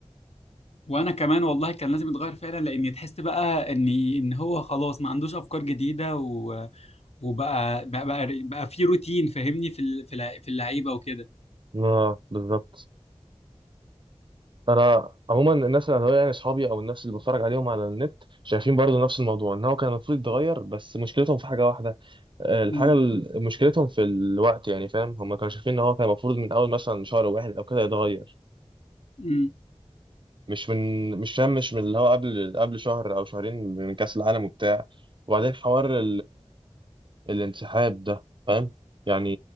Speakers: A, on the left; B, on the right.
A: وانا كمان والله كان لازم يتغير فعلا لان تحس بقى ان ان هو خلاص ما عندوش افكار جديده وبقى بقى بقى, بقى في روتين فاهمني في ال- في الع- في اللعيبه وكده
B: اه بالظبط انا عموما الناس اللي هو يعني اصحابي او الناس اللي بتفرج عليهم على النت شايفين برضو نفس الموضوع ان هو كان المفروض يتغير بس مشكلتهم في حاجة واحدة آه، الحاجة
A: امم
B: ال- مشكلتهم في الوقت يعني فاهم هم كانوا شايفين ان هو كان المفروض من اول مثلا شهر واحد او كده يتغير
A: امم
B: مش من مش فاهم مش من اللي هو قبل قبل شهر او شهرين من كأس العالم وبتاع وبعدين حوار الانسحاب ده فاهم يعني